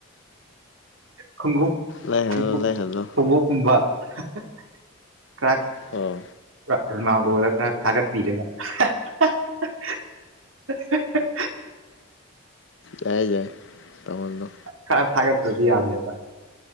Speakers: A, on the right; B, on the left.
A: ꯈꯣꯡꯎꯞ
B: ꯂꯩꯍꯜꯂꯣ
A: ꯈꯣꯡꯎꯞ
B: ꯂꯩꯍꯜꯂꯣ
A: ꯈꯣꯡꯎꯞꯀꯨꯝꯕ <unintelligible>
B: ꯑꯣ
A: ꯔ ꯔꯣꯅꯥꯜꯗꯣꯗ ꯈꯔ ꯊꯥꯒꯠꯄꯤꯔꯒ ꯍꯥ ꯍꯥ ꯍꯥ ꯍꯥ ꯍꯥꯥ ꯍꯥ
B: ꯌꯥꯏ ꯌꯥꯏ ꯇꯧꯍꯜꯂꯣ
A: ꯈꯔ ꯊꯥꯒꯠꯇ꯭ꯔꯗꯤ ꯌꯥꯗꯔꯦꯕ